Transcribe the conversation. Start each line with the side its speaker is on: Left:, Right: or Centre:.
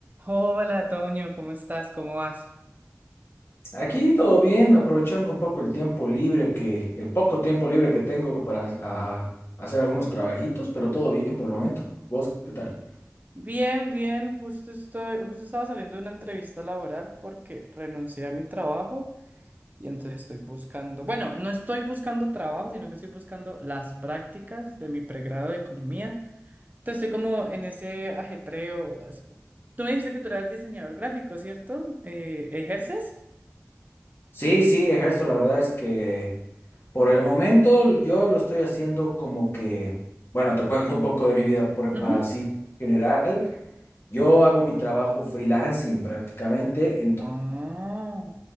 Right: Hola, Toño, ¿cómo estás? ¿Cómo vas?
Left: Aquí todo bien, aprovechando un poco el tiempo libre que, el poco tiempo libre que tengo para a- hacer algunos trabajitos, pero todo bien por el momento. ¿Vos qué tal?
Right: Bien, bien, justo estoy, justo estaba saliendo de una entrevista laboral porque renuncié a mi trabajo y entonces estoy buscando, bueno, no estoy buscando trabajo, sino que estoy buscando las prácticas de mi pregrado de economía. Entonces estoy como en ese ajetreo. así como- Tú me dijiste que tú eras diseñador gráfico, ¿cierto? Eh, ¿ejerces?
Left: Sí, sí, ejerzo. La verdad es que por el momento yo lo estoy haciendo como que, bueno, te cuento un poco de mi vida por-
Right: Ujú.
Left: para así general. Yo hago mi trabajo freelancing prácticamente,
Right: Ah,